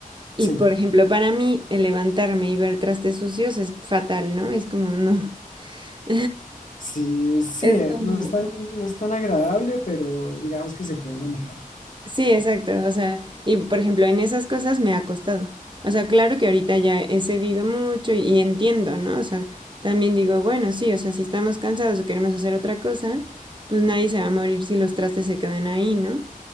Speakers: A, on the right; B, on the left.
A: Y,
B: sí,
A: por ejemplo, para mí, el levantarme y ver trastes sucios es fatal, ¿no? Es como, no. <laughs>
B: sí, sí,
A: Es como...
B: no es tan, no es tan agradable, pero digamos que se puede manejar.
A: Sí, exacto, o sea, y, por ejemplo, en esas cosas me ha costado. O sea, claro que ahorita ya he cedido mucho y entiendo, ¿no? O sea, también digo, bueno, sí, o sea, si estamos cansados o queremos hacer otra cosa, pues nadie se va a morir si los trastes se quedan ahí, ¿no?